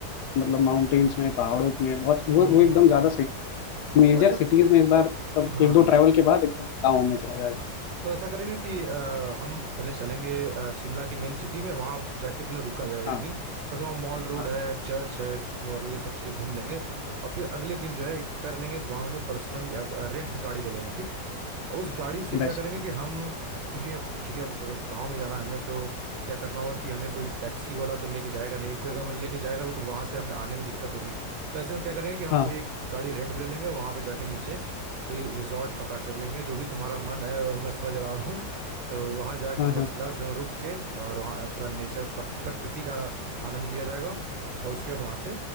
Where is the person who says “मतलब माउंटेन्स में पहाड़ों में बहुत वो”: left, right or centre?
Left